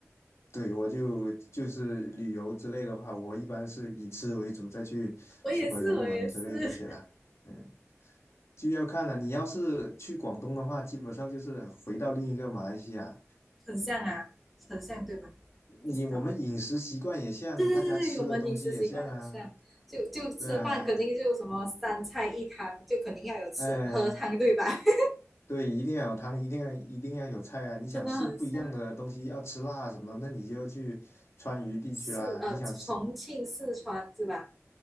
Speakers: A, on the left (about 65°); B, in the centre.
A: 对，我就就是旅游之类的话，我一般是以吃为主，再去什么人文之类这些啦。
B: 我也是，我也是，
A: 嗯。就要看了。你要是去广东的话，基本上就是回到另一个马来西亚。
B: 很像啊，很像对吧？
A: 你我们饮食习惯也像，
B: 不知道哎、对对对对，
A: 大家吃的东西也像啊，
B: 我们饮食习惯很像，就就吃饭肯定就什么三菜一汤，
A: 对啊，
B: 就肯定要有吃喝汤，
A: 哎，
B: 对吧？<laughs>
A: 对，一定要有汤，一定要一定要有菜啊。你想吃不一样的东西，
B: 真的很像
A: 要吃辣什么，那你就去川渝地区啦。
B: 四呃重庆、
A: 你想吃，
B: 四川是吧？